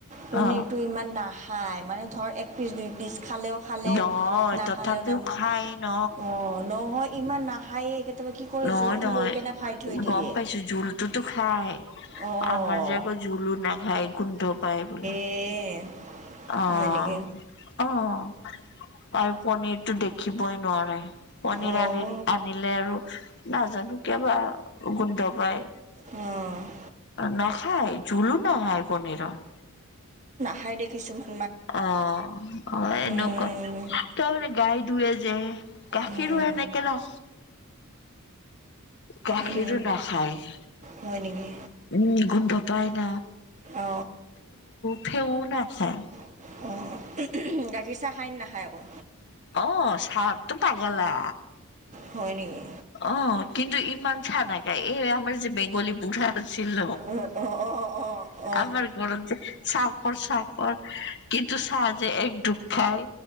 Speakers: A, on the right (about 35°); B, on the left (about 55°).
A: পনীৰটো
B: অ
A: ইমান না খাই মানে ধৰ এক পিচ, দুই পিচ খালেও খালে
B: নহয়
A: নাখালেও
B: তথাপিও
A: নাই
B: খাই ন
A: অ, নহয় ইমান নাখায়েই কেতিয়াবা কি কৰে
B: নহয়,
A: জোলটো
B: নহয়
A: লৈ কেনে খাই থৈ দিয়ে
B: গম পাইছো জোলটোতো খাই
A: অঁ
B: আমাৰ জেগা জোলো নাখায় গোন্ধ পায় বোলে।
A: এ
B: অ',
A: হয় নেকি
B: অ', আৰু পনীৰটো দেখ ৰাকিবই নোৱাৰে পনিৰ
A: অঁ
B: আন, আনিলে আৰু নাজানো কিয়বা গোন্ধ পায়।
A: উম।
B: নাখায় যোলো নাখায় পনিৰৰ।
A: খাই দেখছঁমান।
B: অ, অ, হয় এনেকুৱা
A: উম
B: তাৰ মানে গাই ধোৱে যে গাখীৰো
A: উম
B: এেনেকে না গাখীৰো
A: উম
B: নাখায়।
A: হয় নেকি।
B: উম, গোন্ধ পাই ন
A: অ,
B: ফেও নাখায়।
A: অ, <unintelligible> গাখীৰ চাহ খাইন নাখায় আকৌ।
B: অ, চাহ তটো পাগলা
A: হয় নিকি।
B: অ, কিন্তু ইমান চাহ নাগা এই আমাৰ যে বেংগলী বুঢ়া। ছিল
A: অঁ অঁ অঁ অঁ অঁ অঁ
B: আমাৰ যে চাকৰ চাকৰ কিন্তু চাহাজে একডুক খায়।